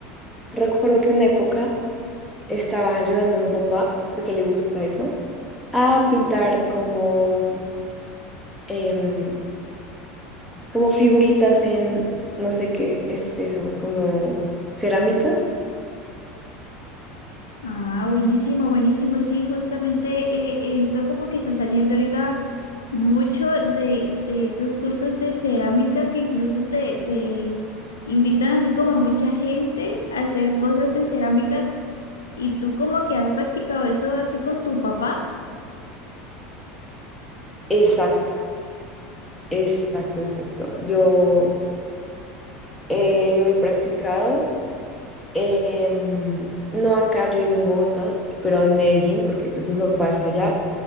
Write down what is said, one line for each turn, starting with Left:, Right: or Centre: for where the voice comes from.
Centre: recuerdo que en una época estaba ayudando a mi papá, porque le gusta eso, a pintar como, em, como figuritas en, no sé qué es eso, como cerámica.
Left: Ah, buenísimo, buenísimo. Sí, justamente eh, he visto como que está saliendo ahorita mucho de, de esos cursos de cerámica que incluso te, te invitan así como mucha gente a hacer cosas de cerámica ¿Y tú como que has practicado eso así con tu papá?
Centre: Exacto. Exacto, exacto. Yo eh, lo he practicado. em, no acá, yo vivo en Bogotá, pero en Medellín, porque pues mi papá está allá.